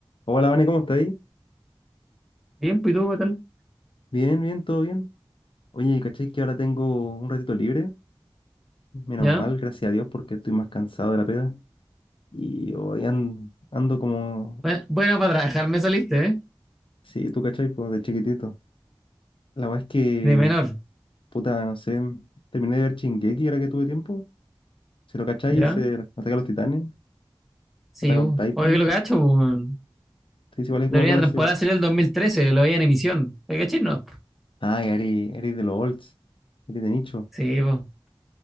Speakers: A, on the left; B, in the centre.
A: Hola, Vane, ¿cómo estáis?
B: Bien, pues ¿y tú qué tal?
A: Bien, bien, todo bien. Oye, ¿cachai que ahora tengo un ratito libre? Menos
B: ¿Ya?
A: mal, gracias a Dios, porque estoy más cansado de la pega. Y hoy an- ando como...
B: Bueno, bueno, para trabajar me saliste, ¿eh?
A: Sí, tú, ¿cachai? Pues de chiquitito. La verdad es que,
B: De menor,
A: puta, no sé, terminé de ver Shingeki ahora que tuve tiempo. Si lo cachai,
B: ¿ya?
A: ese Ataque a los Titanes,
B: Sí,
A: Ataque
B: bu.
A: on Titan.
B: Oye, que lo cacho, bu.
A: Sí, sí, igual es
B: La
A: medio
B: primera
A: conocido.
B: temporada salió el 2013, lo veía en emisión. ¿Te caché? No.
A: Ah, que eres, eres de los olds, eres de nicho.
B: Sí, bu.